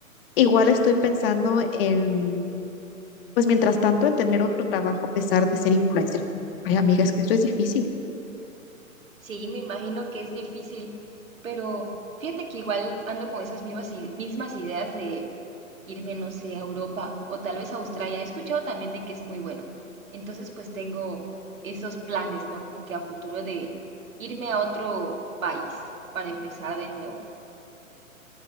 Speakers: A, on the left; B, on the right.
A: igual estoy pensando en, pues mientras tanto, en tener otro trabajo a pesar de ser influencer. Ay, amiga, es que esto es difícil.
B: Sí, me imagino que es difícil, pero fíjate que igual ando con esas mismas, i- mismas ideas de irme, no sé, a Europa o tal vez a Australia. He escuchado también de que es muy bueno. Entonces, pues tengo esos planes, ¿no? Como que a futuro de irme a otro país para empezar de nuevo.